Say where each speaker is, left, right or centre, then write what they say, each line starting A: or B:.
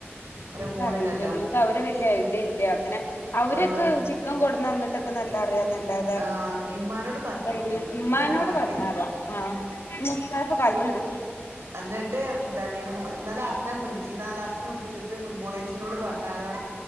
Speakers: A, on the right; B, on the left.
A: ഓരോ
B: നിക്കറിയില
A: മോളുണ്ടല്ലോ
B: നിക്ക് അവരെ വലിയ ഐഡിയ ഇല്ല്യ അങ്ങനെ അവരുക്ക്
A: ആഹ്
B: ചിക്കൻ കൊട് ന്നങ്ങോട്ടൊക്കെ നല്ല അറിയാവുന്ന ല്ലാലെ
A: ആഹ് ഇമ്മാനോട് പറഞ്ഞോണ്ടി
B: ഒരു വീടി
A: വിവരങ്ങളൊക്കെ
B: ഉമ്മാനോട് പറഞ്ഞാത ആ മൂത്തു <unintelligible>
A: അന്നിട്ട് എന്താണീ മ് ന്നലെ അസ്നാം വിളിച്ചീ ന്നാലാ അസ്ന വിൾ ൾളിച്ചിട്ട് മുന്മോളേച്ചീനോട് പറഞ്ഞാരാ